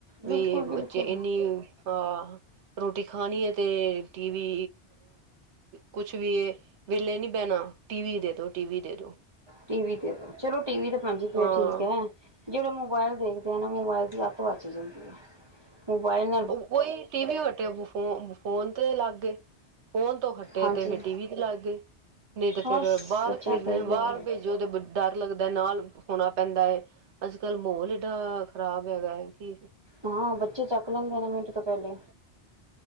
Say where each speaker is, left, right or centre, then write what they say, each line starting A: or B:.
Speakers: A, on the right (about 80°); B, on the right (about 25°).
A: ਵੀ
B: ਬਿਲਕੁਲ
A: ਬੱਚੇ
B: ਬਿਲਕੁਲ
A: ਏਨੀ ਆਹ ਰੋਟੀ ਖਾਨੀ ਆ ਤੇ ਟੀਵੀ ਕੁਛ ਵੀ ਏ ਵੇਲੇ ਨੀ ਬੈਨਾਂ ਟੀਵੀ ਦੇਦੋ ਟੀਵੀ ਦੇਦੋ।
B: ਟੀਵੀ ਤੇ ਚਲੋ ਟੀਵੀ ਦੇਖ ਖਾਨੀ ਤੇ ਫੇਰ
A: ਹਾਂ।
B: ਠੀਕੈ ਜੇ ੜੋਂ ਮੋਬਾਇਲ ਦੇਖਦੇ ਆ ਨਾ ਮੋਬਾਇਲ ਦੀ ਅੱਤ ਵੱਜ ਜਾਂਦੀਏ। ਮੋਬਾਈਲ
A: ਓਈਂ ਟੀਵੀਓ ਹਟੇ ਫੋਨ ਤੇ ਲੱਗਏ। ਫੋਨ ਤੋਂ ਹੱਟੇ
B: ਹਾਂਜੀ
A: ਤੇ ਫੇਰ ਟੀਵੀ ਤੇ ਲੱਗ ਗਏ। ਨਈਂ ਤੇ
B: ਬਸ
A: ਫੇਰ ਬਾਰ
B: ਬੱਚਿਆਂ
A: ਖੇਡਦੇ
B: ਦਾ ਹੀ
A: ਬਾਰ
B: ਹਾਲ ਹੈ
A: ਭੇਜੋ ਤੇ ਡਰ ਲੱਗਦੈ ਨਾਲ ਹੋਣਾ ਪੈਦੈ, ਅੱਜ-ਕੱਲ ਮੋਲ ਏਡਾ ਖਰਾਬ ਹੈਗਾ ਕੀ
B: ਹਾਂ ਬੱਚੇ ਚੱਕ ਲੈਂਦੇ ਨੇ ਮਿੰਟ ਤੋਂ ਪੈਲੇ।